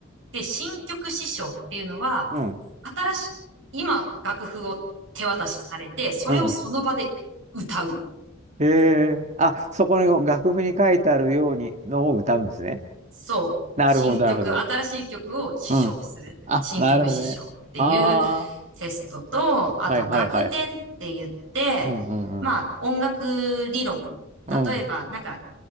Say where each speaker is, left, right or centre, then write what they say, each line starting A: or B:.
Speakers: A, on the right; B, on the right.
A: で、新曲師匠っていうのは、
B: うん、
A: 新しい、今楽譜を手渡しされて、それをその場で歌う。
B: うん。ええ、あ、そこの楽譜に書いてあるようにのを歌うんですね。
A: そう。
B: なるほど、
A: 新曲、
B: なるほど。
A: 新しい曲を試唱する。
B: うん。あ、
A: 新曲試唱っていう
B: なるほどね。ああ、
A: テストと、あと学点って言って、
B: はいはいはい。うん、うん、
A: まあ音楽理論。
B: うん。うん、
A: 例えば、なんか